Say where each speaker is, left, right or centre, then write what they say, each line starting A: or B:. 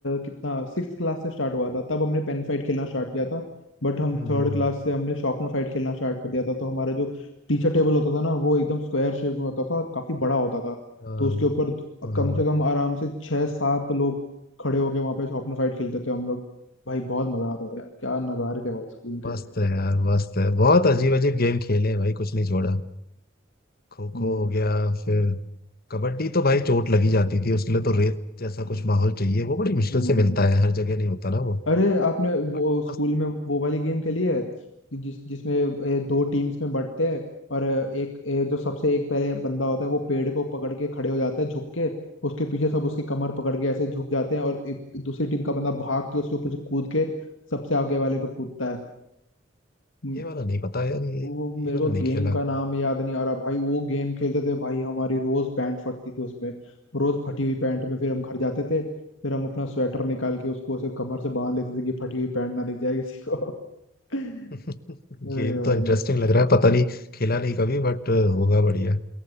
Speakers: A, on the left; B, on the left.
A: कितना सिक्स क्लास से स्टार्ट हुआ था तब हमने पेन फाइट खेलना स्टार्ट किया था बट हम
B: हम्म,
A: थर्ड
B: हम्म, हम्म।
A: क्लास से हमने शॉर्पनर फाइट खेलना स्टार्ट कर दिया था तो हमारा जो टीचर टेबल होता था ना वो एकदम स्क्वायर शेप में होता था और काफी बड़ा होता था
B: हाँ
A: तो उसके ऊपर
B: हाँ,
A: कम से कम आराम से छह सात लोग खड़े होके वहां पे शॉर्पनर फाइट खेलते थे हम लोग भाई बहुत मजा आता था यार क्या नजारे थे भाई स्कूल
B: मस्त
A: के
B: है यार मस्त है बहुत अजीब अजीब गेम खेले हैं भाई कुछ नहीं छोड़ा खो
A: हम्म
B: खो हो गया फिर कबड्डी तो भाई चोट लगी जाती थी उसके लिए तो रेत जैसा कुछ माहौल चाहिए वो बड़ी मुश्किल
A: हम्म
B: से मिलता है हर जगह नहीं होता ना वो
A: अरे आपने वो
B: बट
A: स्कूल
B: मस्त,
A: में वो वाली गेम खेली है कि जिस जिसमें ए, दो टीम्स में बंटते हैं और अ, एक ए, जो सबसे एक पहले बंदा होता है वो पेड़ को पकड़ के खड़े हो जाता है झुक के उसके पीछे सब उसकी कमर पकड़ के ऐसे झुक जाते हैं और एक दूसरी टीम का बंदा भाग के उसके ऊपर से कूद के सबसे आगे वाले पे कूदता है
B: ये वाला नहीं पता यार ये
A: वो मेरे
B: ये वाला
A: को
B: नहीं
A: गेम
B: खेला
A: का नाम याद नहीं आ रहा भाई वो गेम खेलते थे भाई हमारी रोज पैंट फटती थी उसमें रोज फटी हुई पैंट में फिर हम घर जाते थे फिर हम अपना स्वेटर निकाल के उसको ऐसे कमर से बांध लेते थे कि फटी हुई पैंट ना दिख जाए किसी को <laughs>
B: <laughs>
A: अरे
B: गेम
A: भाई
B: तो इंटरेस्टिंग लग रहा है पता नहीं खेला नहीं कभी बट होगा बढ़िया